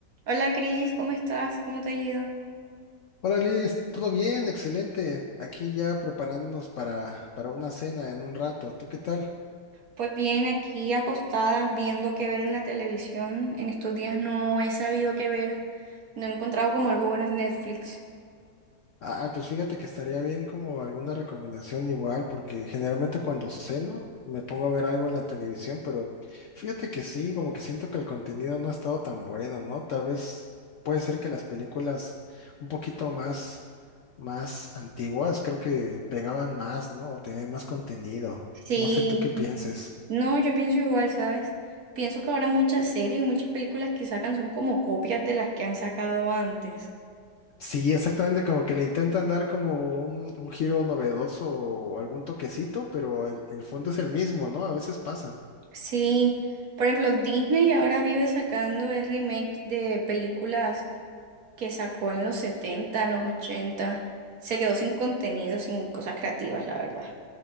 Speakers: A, on the right; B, on the left.
A: Hola Cris, ¿cómo estás? ¿Cómo te ha ido?
B: Hola Liz, todo bien, excelente. Aquí ya preparándonos para, para una cena en un rato. ¿Tú qué tal?
A: Pues bien, aquí acostada viendo qué ver en la televisión. En estos días no he sabido qué ver. No he encontrado como algo bueno en Netflix.
B: Ah, pues fíjate que estaría bien como alguna recomendación igual, porque generalmente cuando ceno me pongo a ver algo en la televisión, pero fíjate que sí, como que siento que el contenido no ha estado tan bueno, ¿no? Tal vez puede ser que las películas un poquito más, más antiguas, creo que pegaban más, ¿no? O tenían más contenido.
A: Sí,
B: No sé tú qué pienses.
A: no, yo pienso igual, ¿sabes? Pienso que ahora muchas series y muchas películas que sacan son como copias de las que han sacado antes.
B: Sí, exactamente, como que le intentan dar como un, un giro novedoso o algún toquecito, pero el, el fondo es el mismo, ¿no? A veces pasa.
A: Sí, por ejemplo, Disney ahora vive sacando el remake de películas que sacó en los 70, en los 80. Se quedó sin contenido, sin cosas creativas, la verdad.